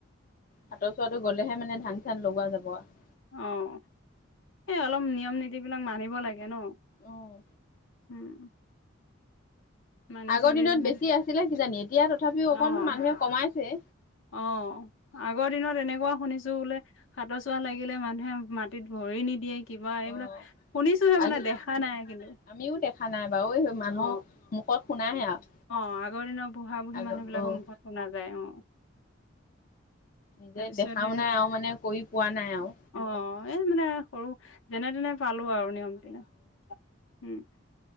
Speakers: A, on the left; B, on the left.
A: সাঁতৰ চুৱাটো গ'লেহে মানে ধান চান লগোৱা যাব আৰু।
B: অঁ। এ অলপ নিয়ম নীতি বিলাক মানিব লাগে ন?
A: অ',
B: উম। মানি
A: আগৰ
B: চলিলেহে
A: দিনত বেছি আছিলে কিজানি? এতিয়া তথাপিও অকণ
B: অ
A: মানুহে কমাইছে।
B: অ', আগৰ দিনত এনেকুৱা শুনিছো বোলে সাতৰ চুৱা লাগিলে মানুহে মাটিত ভৰি নিদিয়ে। কিবা এইবিলাক
A: অ'
B: শুনিছোহে
A: আজি
B: মানে
A: দেখা
B: কিন্তু
A: নাই, আমিও দেখা নাই। বাৰু মানুহ
B: অ'
A: মুখত শুনাহে আৰু।
B: অ' আগৰ দিনৰ বুঢ়া বুঢ়ী
A: আগৰ
B: মানুহ বিলাকৰ
A: অ',
B: মুখত শুনা যায় অ'।
A: নিজে
B: তাৰপিছতে
A: দেখাও নাই আৰু মানে কৰি পোৱা নাই আৰু।
B: অ' এই মানে সৰু যেনে তেনে পালো আৰু নিয়ম বিলাক। উম,